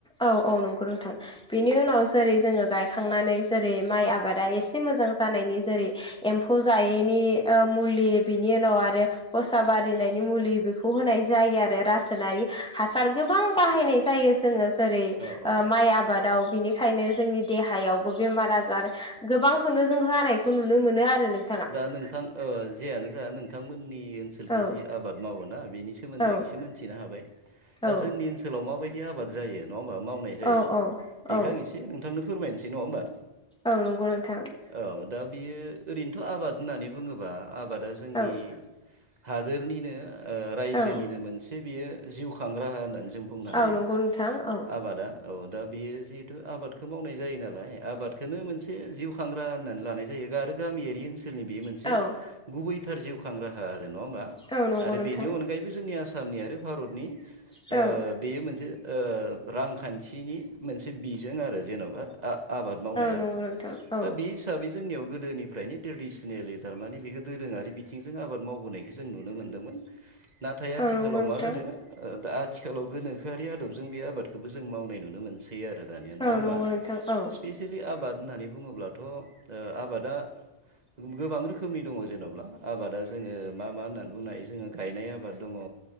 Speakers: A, in the centre; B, on the right.
A: औ औ नंगौ नोंथां। बेनि उनाव जेरै जोङो गायखांनानै जेरै माइ आबादा एसे मोजां जानायनि जेरै एम्फौ जायैनि ओ मुलि बिनि उनाव आरो खसा बारिनायनि मुलि बेखौ होनाय जायो आरो रासायनारि हासार गोबां बाहायनाय जायो जोङो जेरै
B: माइ आबादाव
A: ओ माइ आबादाव बिनिखायनो जोंनि देहायावबो बेमार आजार गोबांखौनो जों जानायखौ नुनो मोनो आरो नों
B: दा नोंथां ओ जेयानो जा नोंथांमोननि ओनसोलखि
A: औ
B: जि आबाद मावोना बेनि स सोमोन्दै
A: औ
B: आं एसे मिथिनो हाबाय दा
A: औ
B: जोंनि ओनसोलाव माबायदि आबाद जायो नङा होमबा मावनाय जायो
A: औ औ
B: बेखौ
A: औ
B: आं एसे नोंथांनो फोरमायनोसै नङा होमबा
A: औ नंगौ नोंथां।
B: औ दा बियो ओरैनोथ' आबाद होननानै बुङोबा आबादा जोंनि
A: औ
B: हादोरनिनो ओ रायजोनिनो
A: औ
B: मोनसे बियो जिउ खां राहा होननानै जों बुंनो
A: औ
B: हायो
A: नंगौ नोंथां औ
B: आबादा औ दा बियो जिहेथु आबादखौ मावनाय जायो नालाय आबादखौनो मोनसे जिउ खांग्रा होननानै लानाय जा जायो आरो गामिआ रि ओनसोलनि बे मोनसे
A: औ
B: गुबैथार जिउखां राहा आरो नङा हबा
A: औ नंगौ
B: आरो
A: नोंथां
B: बेनि अनगायै जोंनि आसामनि आरो भारतनि
A: औ
B: ओ बेयो मोनसे ओ रांखान्थिनि मोनसे बिजों आरो जेन'बा आ आबाद मावनाया
A: औ नंगौ नोंथां औ
B: दा बे हिसाबै जोंनियाव गोदोनिफ्रायनो ट्रेडिसनेलि थारमाने बेखौ दोरोङारि बिथिंजों आबाद मावबोनायखौ जों नुनोमोन्दोंमोन। नाथाय आथिखालाव
A: औ नंगौ नोंथां
B: मा जादों दा आथिखालाव गोनोखोआरि आदबजों बे आबादखौबो जों मावनाय नुनो मोन सै आरो दानिया नङा
A: औ
B: होमबा
A: नंगौ नोंथां औ
B: स्पेसिलि आबाद होननानै बुङोब्लाथ' आबादा गोबां रोखोमनि दङ जेन'बा आबादा जोङो मा मा होननानै बुंनो हायो जोङो गायनाय आबाद दङ